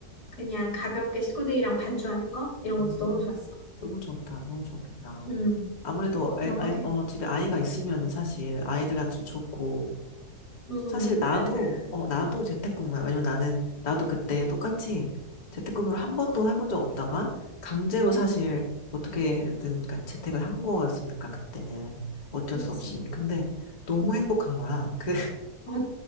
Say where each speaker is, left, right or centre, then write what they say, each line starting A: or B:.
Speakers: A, on the left (about 75°); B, on the left (about 30°).
A: 그냥 가볍게 식구들이랑 반주하는 거? 이런
B: 음,
A: 것도 너무 좋았어.
B: 너무 좋다. 너무 좋겠다.
A: 음,
B: 아무래도, 아,
A: 그런 거들.
B: 아, 어, 집에 아이가 있으면 사실 아이들한테도 좋고,
A: 음,
B: 사실 나도,
A: 맞아.
B: 어, 나도 재택근무야. 왜냐면 나는, 나도 그때 똑같이 재택근무를 한 번도 해본 적 없다가, 강제로 사실
A: 음,
B: 어떻게든 가- 재택을 한 거였으니까, 그때는. 어쩔
A: 그치.
B: 수 없이. 근데 너무
A: 음,
B: 행복한 거야. 그,
A: 어,